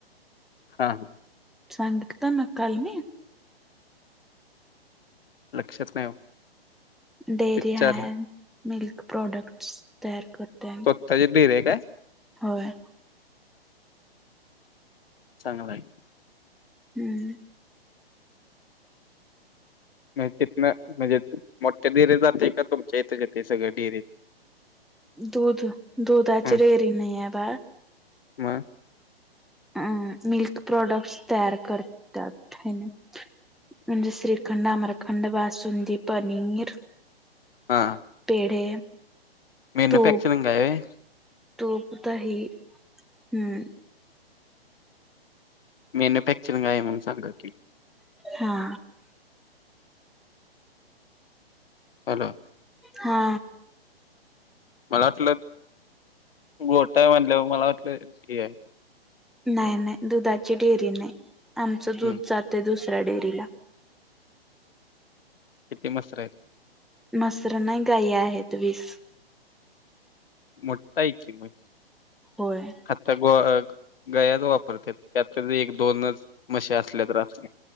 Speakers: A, on the left; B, in the centre.
A: हा हा
B: सांगितलं ना काल मी?
A: लक्षात नाही ओ.
B: डेअरी
A: विचारलं
B: हाय, मिल्क प्रोडक्ट्स तयार करते.
A: त्याच्यात बी राहाय काय?
B: होय.
A: चांगलय.
B: हम्म.
A: नाही तित्नं म्हणजे, मोठ्या डेरीत जातय का तुमच्या हितच येतंय सगळं डिरित?
B: दूध दुधाची
A: हम्म
B: डेअरी नाहीये बाळ.
A: मग?
B: अ मिल्क प्रोडक्स तयार करतात हायना. म्हणजे श्रीखंड आम्रखंड, बासुंदी पनीर.
A: हा.
B: पेढे
A: मॅन्युफॅक्चरिंग
B: तूप
A: आहे व्हय?
B: तूप दही हम्म.
A: मॅन्युफॅक्चरिंग आहे म्हणून सांगा की.
B: हा
A: हॅलो
B: हा
A: मला वाटलं, गोठा आहे म्हणल्यावर मला वाटलं ठीक हाय.
B: नाही नाही दुधाची डेअरी नाही, आमचं दूध
A: हम्म
B: जातय दुसऱ्या डेअरीला.
A: किती म्हसर आहेत?
B: मसर नाही, गाई आहेत वीस.
A: मोठं हाय की मग.
B: होय
A: आता गो अ, गयाच वापरतात त्यात कधी एक दोनच. मशी असल्या तर असतील